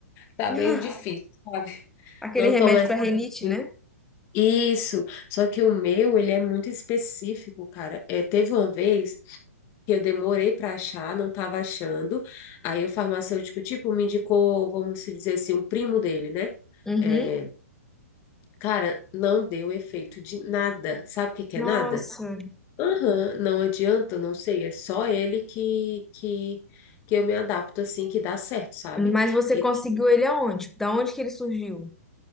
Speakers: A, on the left; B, in the centre.
A: Tá
B: <laughs>
A: meio difícil, sabe?
B: Aquele
A: Não
B: remédio
A: tô mais
B: pra
A: conseguindo.
B: renite, né?
A: Isso. Só que o meu, ele é muito específico, cara. É, teve uma vez que eu demorei para achar, não estava achando. Aí o farmacêutico, tipo, me indicou, vamos se dizer assim, um primo dele, né?
B: Uhum.
A: É, cara, não deu efeito de nada. Sabe o que que
B: Nossa,
A: é nada? Aham, não adianta, não sei, é só ele que, que, que eu me adapto assim, que dá certo, sabe?
B: mas você
A: E-
B: conseguiu ele aonde? Da onde que ele surgiu?